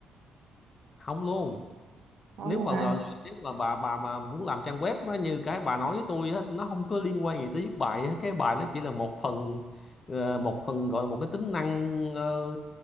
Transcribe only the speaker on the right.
không
luôn
hả